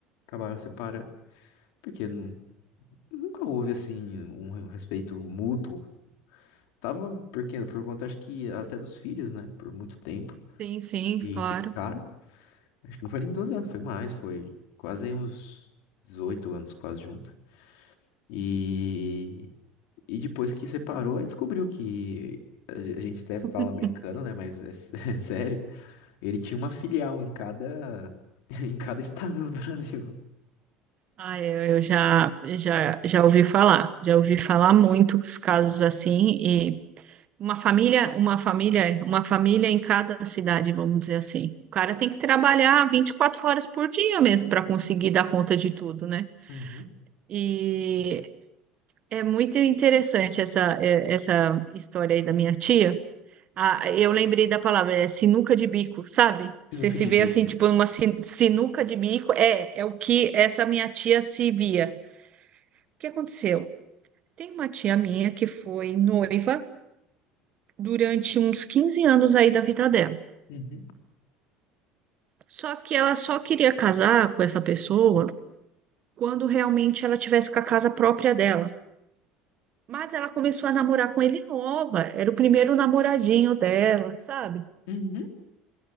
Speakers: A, on the left; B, on the right.
A: acabaram separando, porque nu- nunca houve, assim, um respeito mútuo Tava por quê? Por conta, acho que até dos filhos, né? Por muito tempo.
B: Sim, sim,
A: E
B: claro.
A: que ficaram. Acho que não foi nem 12 anos, foi mais, foi quase aí uns 18 anos, quase junto. E, e depois que separou, aí descobriu que a a gente até fala
B: <laughs>
A: brincando, né? Mas é, s- <laughs> é sério. Ele tinha uma filial em cada, <laughs> em cada estado do Brasil.
B: Ah, eu, eu já, já, já ouvi falar, já ouvi falar muito os casos assim Uma família, uma família, uma família em cada cidade, vamos dizer assim. O cara tem que trabalhar 24 horas por dia mesmo para conseguir dar conta de tudo, né?
A: Uhum,
B: E é muito interessante essa, é, essa história aí da minha tia. Ah, eu lembrei da palavra, é sinuca de bico, sabe?
A: Sinuca
B: Você se
A: de
B: vê
A: bico.
B: assim, tipo, numa sin- sinuca de bico, é, é o que essa minha tia se via. O que aconteceu? Tem uma tia minha que foi noiva durante uns 15 anos aí da vida dela.
A: uhum,
B: Só que ela só queria casar com essa pessoa quando realmente ela tivesse com a casa própria dela. Mas ela começou a namorar com ele nova, era o primeiro namoradinho dela, sabe?
A: uhum,